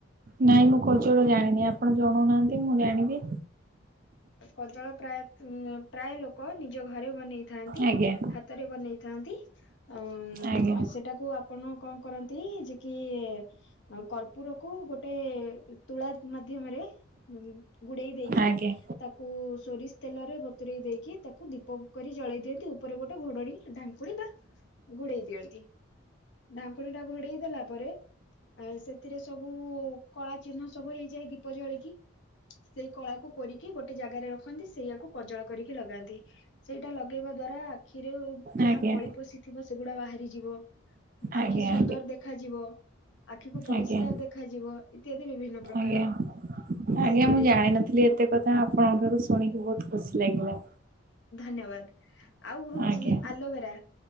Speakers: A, on the right (about 40°); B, on the left (about 60°).
A: ନାଇଁ ମୁଁ କଜଳ ଜାଣିନି ଆପଣ ଜଣଉନାହାନ୍ତି ମୁଁ ଜାଣିବି।
B: କଜଳ ପ୍ରାୟତ ପ୍ରାୟ ଲୋକ ନିଜ ଘରେ ବନେଇଥାନ୍ତି
A: ଆଜ୍ଞା
B: ହା ତରେ ବନେଇଥାନ୍ତି ଅଂ
A: ଆଜ୍ଞା।
B: ଆଉ ସେଟାକୁ ଆପ ଆପଣ କଣ କରନ୍ତି ଯେ କି ଆଉ କର୍ପୁରକୁ ଗୋଟେ ତୁଳା ମାଧ୍ୟମରେ ଉଁ ଗୁଡେଇ ଦେଇକି
A: ଆଜ୍ଞା
B: ତାକୁ ସୋରିଷ ତେଲରେ ବତୁରେଇ ଦେଇକି ତାକୁ ଦୀପ କରି ଜଳେଇ ଦିଅନ୍ତି ଉପରେ ଗୋଟେ ଘୋଡଣୀ ଢାଙ୍କୁଣୀ ବା ଘୋଡେଇ ଦିଅନ୍ତି ଢାଙ୍କୁଣୀ ଟା ଘୋଡେଇ ଦେଲା ପରେ ଆଉ ସେଥିରେ ସବୁ କଳା ଚିହ୍ନ ସବୁ ହେଇଯାଏ ଦୀପ ଜଳିକି ସେଇ କଳାକୁ କୋରି କି ଗୋଟେ ଜାଗାରେ ରଖନ୍ତି ସେଇଆକୁ କଜଳ କରିକି ଲଗାନ୍ତି ସେଇଟା ଲଗେଇବା ଦ୍ଵାରା ଆଖିରେ ଯାହା
A: ଆଜ୍ଞା ଆଜ୍ଞା
B: ମଳି ପଶିଥିବ ସେଗୁଡା ବାହାରିଯିବ
A: ଆଜ୍ଞା
B: ଆଖି ସୁନ୍ଦର ଦେଖାଯିବ ଆଖିକୁ ପରିଷ୍କାର
A: ଆଜ୍ଞା
B: ଦେଖାଯିବ ଇତ୍ୟାଦି ବିଭିନ୍ନ ପ୍ରକାର।
A: ଆଜ୍ଞା ଆଜ୍ଞା
B: ସେଇପରି
A: ମୁଁ ଜାଣିନଥିଲି ଏତେ କଥ୍ ଥା ଆପଣଙ୍କ ଠାରୁ ଶୁଣିକି ବହୁତ ଖୁସି ଲାଗିଲା।
B: ଧନ୍ୟବାଦ ଆଉ ହଉଚି
A: ଆଜ୍ଞା।
B: ଆଲୋଭେରା